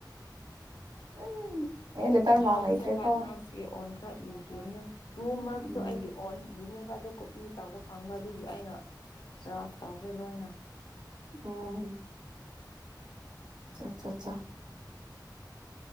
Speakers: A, on the right; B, on the left.
A: ꯑꯦ ꯂꯦꯇꯔ ꯃꯥ
B: ꯑꯔꯥꯎꯟꯁꯨ
A: ꯂꯩꯇ꯭ꯔꯦꯀꯣ
B: ꯐꯥꯏꯚ ꯃꯥꯔꯛꯁꯀꯤ ꯑꯣꯟ ꯈꯔ ꯏꯈꯤꯕ ꯇꯨ ꯃꯥꯔꯛꯁꯁꯨ
A: ꯎꯝ
B: ꯑꯩꯒꯤ ꯑꯣꯟ ꯏꯕꯅꯦꯕ ꯑꯗꯨ ꯀꯣꯄꯤ ꯇꯥꯎꯕ ꯐꯪꯕ ꯑꯗꯨꯒꯤ ꯑꯩꯅ ꯔꯐ ꯇꯧꯈ꯭ꯔꯦ ꯂꯣꯏꯅ
A: ꯎꯝ ꯑ ꯑꯆꯥ ꯑꯠꯆꯥ